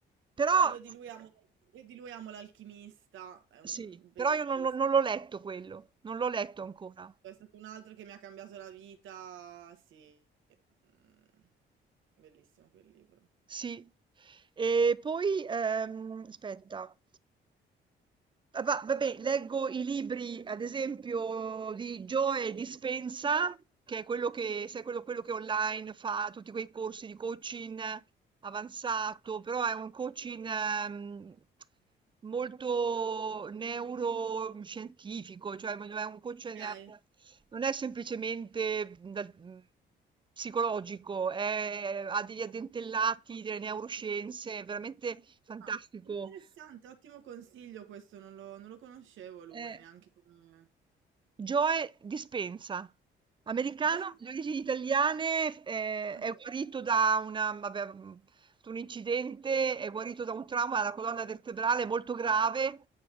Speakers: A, on the right; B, on the right.
A: però
B: Ah, io di lui amo, io di lui amo l'alchimista, è
A: sì,
B: un bellissimo.
A: però io non l'ho non l'ho letto quello, non l'ho letto ancora.
B: È stato un altro che mi ha cambiato la vita, sì. Mm, Bellissimo quel libro.
A: Sì. E poi, ehm, aspetta. Ah, va- Vabbè, leggo i libri, ad esempio, di Joe Dispenza, che è quello che, sai, quello, quello che online fa tutti quei corsi di coaching avanzato, però è un coaching ehm, molto neuroscientifico, cioè è un coaching,
B: Ok.
A: non è semplicemente dal- psicologico, è- ha degli addentellati delle neuroscienze, è veramente fantastico.
B: Ah, interessante, ottimo consiglio questo, non lo, non lo conoscevo lui
A: Eh,
B: neanche come...
A: Joe Dispenza, americano
B: Joy di-
A: di origini italiane, f- eh,
B: Ah,
A: è guarito da una- vabbè, mh, un incidente, è guarito da un trauma alla colonna vertebrale molto grave,